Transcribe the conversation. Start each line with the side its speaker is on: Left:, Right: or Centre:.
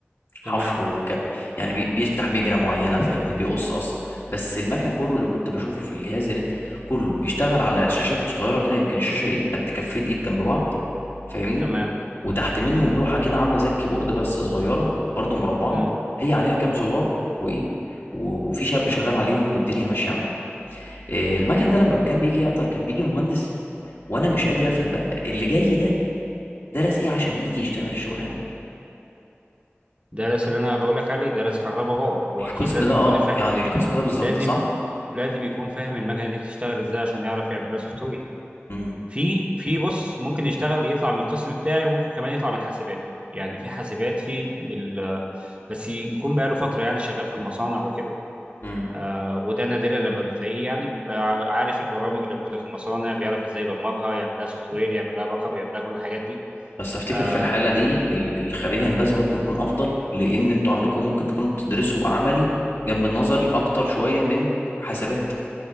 Right: تمام
Left: حفر وك... يعني بي- بيفتح مجرى معينه فاهمني بيقص اصلا بس المكن كله اللي كنت بشوفه في الجهاز هناك كله بيشتغل على شاشات صغيره كده يمكن الشاشه ايه قد كفين ايد جنب بعض فاهمني
Right: تمام
Left: وتحت منهم
Right: امم
Left: لوحه كده عامله زي الكيبورد بس صغيره برضو مربعه
Right: امم
Left: هي عليها كام زرار وايه و- وفي شاب شغال عليهم والدنيا ماشيه على كده إيه، المكن ده لما كان بيجي يعطل كان بيجي مهندس وانا مش قادر افهم بقى اللي جاي ده درس ايه عشان يجي يشتغل الشغلانه دي
Right: درس اللي انا بقول لك عليه درس كهرباء باور هو
Left: القسم
Right: اكيد لازم
Left: ده اه
Right: يكون الفا...
Left: يعني القسم ده بالظبط
Right: لازم
Left: صح
Right: لازم يكون فاهم المكنه دي بتشتغل ازاي عشان يعرف يعمل لها سوفت وير
Left: مم.
Right: في في بص ممكن يشتغل يطلع من القسم بتاعي وممكن كمان يطلع من حاسبات يعني في حاسبات في بال... بس يكون بقى له فتره يعني شغال في المصانع وكده
Left: مم.
Right: آه وده نادرا لما بتلاقيه يعني بيبقى عارف البرامج اللي موجوده في المصانع بيعرف ازاي يبرمجها يعمل لها سوفت وير يعمل لها باك اب يعمل لها كل الحاجات دي
Left: بس افتكر
Right: آه
Left: في الحاله دي ال- الخريج هندسه ممكن يكون افضل لان انتوا عندكم ممكن تكونوا بتدرسوا عملي جنب النظري اكتر شويه من حاسبات